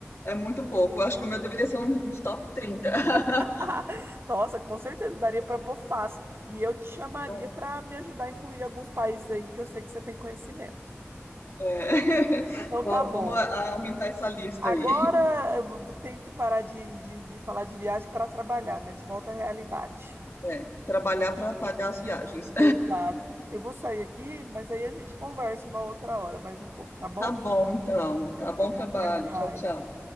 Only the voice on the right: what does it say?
<laughs> Nossa, com certeza daria para pôr fácil. E eu te chamaria
para me ajudar a incluir alguns países aí que eu sei que você tem conhecimento.
Então
tá bom.
Agora
eu tenho que parar de, de, de falar de viagem para trabalhar, né? De volta à realidade.
Exato. Eu vou sair aqui, mas aí a gente conversa uma outra hora, mais um pouco, tá bom?
Então tá
bom,
até mais.